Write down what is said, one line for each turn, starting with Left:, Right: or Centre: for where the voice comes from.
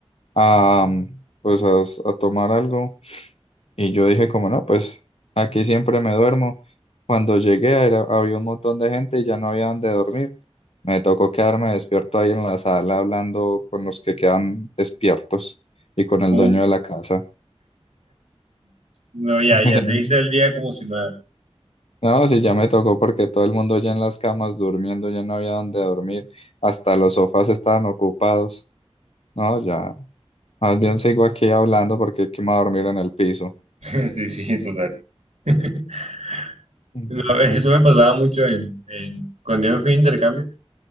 Left: a, mm, pues a, a tomar algo Y yo dije como no, pues aquí siempre me duermo. Cuando llegué era- había un montón de gente y ya no había dónde dormir. Me tocó quedarme despierto ahí en la sala hablando con los que quedan despiertos y con el
Right: Uf,
Left: dueño de la casa.
Right: no, ya,
Left: <laughs>
Right: ya se hizo el día como si nada.
Left: No, sí, ya me tocó porque todo el mundo ya en las camas durmiendo, ya no había dónde dormir. Hasta los sofás estaban ocupados. No, ya. Más bien sigo aquí hablando porque qué me voy a dormir en el piso.
Right: <laughs> Sí, sí, total. <laughs>
Left: Mm.
Right: No, eso me pasaba mucho en, en- cuando yo me fui de intercambio,